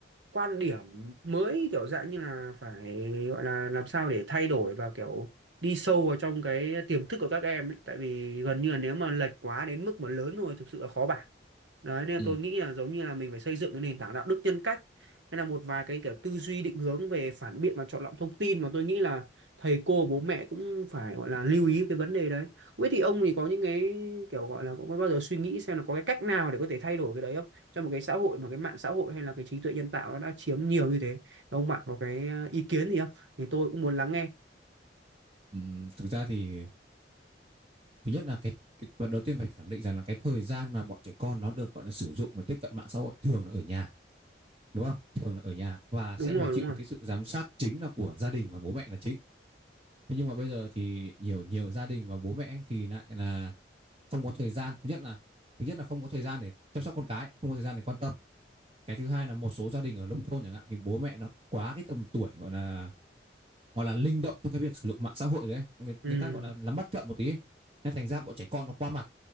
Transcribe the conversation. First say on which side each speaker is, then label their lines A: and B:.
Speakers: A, on the right (about 80°); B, on the right (about 30°).
A: quan điểm mới kiểu dạng như là phải gọi là làm sao để thay đổi và kiểu đi sâu vào trong cái tiềm thức của các em ấy tại vì gần như là nếu mà lệch quá đến mức mà lớn rồi thực sự là khó bảo đấy nên là
B: ừ.
A: tôi nghĩ là giống như là mình phải xây dựng cái nền tảng đạo đức nhân cách nên là một vài cái kiểu tư duy định hướng về phản biện và chọn lọc thông tin mà tôi nghĩ là thầy cô bố mẹ cũng phải gọi là lưu ý cái vấn đề đấy. Không biết thì ông thì có những cái kiểu gọi là có bao giờ suy nghĩ xem là có cái cách nào để có thể thay đổi cái đấy không? Trong một cái xã hội mà cái mạng xã hội hay là cái trí tuệ nhân tạo nó đã chiếm nhiều như thế. Ông bạn có cái ờ, ý kiến gì không? Thì tôi cũng muốn lắng nghe.
B: Ừ. thực ra thì thứ nhất là cái, cái và đầu tiên phải khẳng định rằng là cái thời gian mà bọn trẻ con nó được gọi là sử dụng để tiếp cận mạng xã hội thường là ở nhà đúng không thường là ở nhà và sẽ
A: Đúng rồi,
B: phải chịu
A: đúng rồi.
B: cái sự giám sát chính là của gia đình và bố mẹ là chính thế nhưng mà bây giờ thì nhiều nhiều gia đình và bố mẹ thì lại là không có thời gian thứ nhất là thứ nhất là không có thời gian để chăm sóc con cái không có thời gian để quan tâm cái thứ hai là một số gia đình ở nông thôn chẳng hạn thì bố mẹ nó quá cái tầm tuổi gọi là gọi là linh động trong cái việc sử dụng mạng xã hội đấy người,
A: Ừ.
B: người ta gọi là nắm bắt chậm một tí ấy. nên thành ra bọn trẻ con nó qua mặt